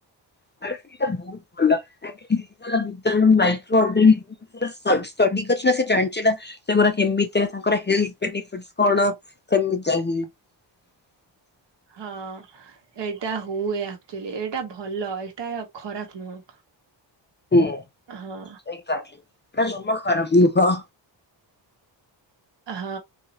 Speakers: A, on the left; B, on the right.
A: <unintelligible> ଚଡି କରିଚନା ସେ ଯାଚନା ତାଙ୍କର ହେଲ୍ ପେଟି ଫେସ୍ କଣ <unintelligible> <unintelligible>
B: ହଁ ଏଇଟା ହୁଏ ଆଚୋଲି ଏଇଟା ଭ ଭଲ ଏଇଟା ଖରାପ ନୁହଁ।
A: ହୁଁ
B: ହଁ
A: ସେଇ ଏଇଟା ଯମା ଖରାବ ନୁହଁ
B: ହଁ